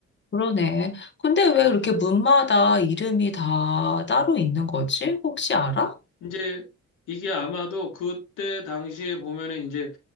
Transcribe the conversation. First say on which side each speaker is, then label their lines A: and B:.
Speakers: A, on the left; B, on the left.
A: 그러네. 근데 왜 이렇게 문마다 이름이 다 따로 있는 거지? 혹시 알아?
B: 이제 이게 아마도 그때 당시에 보면은 이제